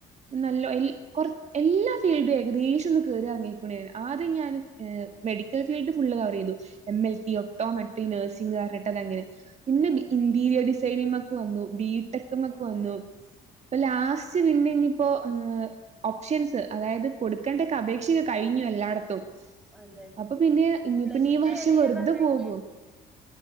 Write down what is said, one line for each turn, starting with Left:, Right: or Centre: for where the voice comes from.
Right: നല്ല എല് കൊർ എല്ലാ ഫീൽഡും ഏകദേശം ഒന്ന് കയറി അറങ്ങിക്ക്ണാൻ ആദ്യം ഞാൻ ഏ മെഡിക്കൽ ഫീൽഡ് ഫുള് കവറെയ്തു എം എൽ ടി ഒക്‌റ്റോമെറ്ററി നഴ്സിംഗർഞ്ഞിട്ട് അത് അങ്ങനെ പിന്നെ
Centre: ഓഹ്
Right: ഇന്റീരിയർ ഡിസൈനിങ്മക്ക് വന്നു ബീടെകമക്ക്
Centre: ഉം
Right: വന്നു ഇപ്പൊ ലാസ്റ്റ് പിന്നെനിപ്പോ ഓപ്ഷൻസ് അതായത് കൊടുക്കേണ്ടക്കെ അപേക്ഷ കഴഞ്ഞു എല്ലാടത്തും
Centre: അതെ
Right: അപ്പൊ പിന്നെ ഇനിയിപനീ
Centre: പ്ലസ് ടു
Right: വർഷം
Centre: ഏത് ഇയറാ
Right: വെറുതെ
Centre: കഴിഞ്ഞേ
Right: പോകും